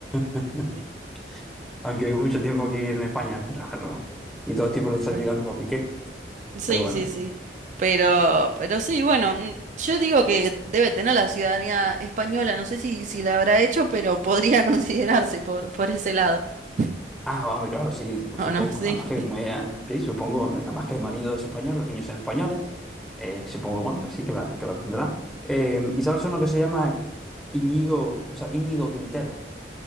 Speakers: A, in the centre; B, on the right.
A: <laughs>
B: <laughs>
A: Aunque vivo mucho tiempo aquí en España, pero bueno. no. Y todo el tiempo
B: Ujú.
A: le estás
B: ¿No?
A: tirando a Piqué,
B: Sí,
A: pero bueno.
B: sí, sí. Pero, pero sí, bueno, mm, yo digo que debe tener la ciudadanía española, no sé si, si la habrá hecho, pero podría <laughs> considerarse por, por ese lado. <laughs>
A: Ah, vamos, claro, sí,
B: ¿O
A: supongo.
B: no? Sí.
A: Además que, como ella, sí, supongo, eh, además que el marido es español, los niños son españoles, eh, supongo, bueno, que sí, que la, que la tendrá. Eh, ¿y sabes uno que se llama Íñigo, o sea, Íñigo Quintero?